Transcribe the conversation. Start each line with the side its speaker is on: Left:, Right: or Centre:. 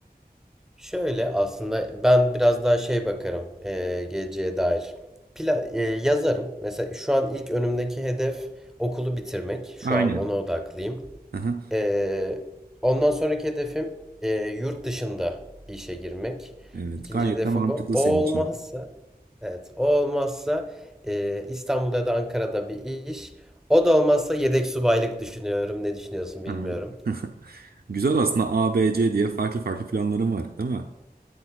Centre: Şöyle aslında ben biraz daha şey bakarım eee, geleceğe dair. plan eee, yazarım. Mesela şu an ilk önümdeki hedef okulu bitirmek. Şu
Right: Aynen.
Centre: an ona odaklıyım.
Right: Aha,
Centre: Eee, ondan sonraki hedefim eee, yurt dışında işe girmek.
Right: Evet
Centre: İkinci
Right: gayet
Centre: hedefim
Right: de mantıklı
Centre: bu. O
Right: senin
Centre: olmazsa,
Right: için.
Centre: evet, o olmazsa eee, İstanbul'da ya da Ankara'da bir iş. O da olmazsa yedek subaylık düşünüyorum. Ne düşünüyorsun bilmiyorum.
Right: Ha. <laughs> Güzel aslında A, B, C diye farklı farklı planların var değil mi?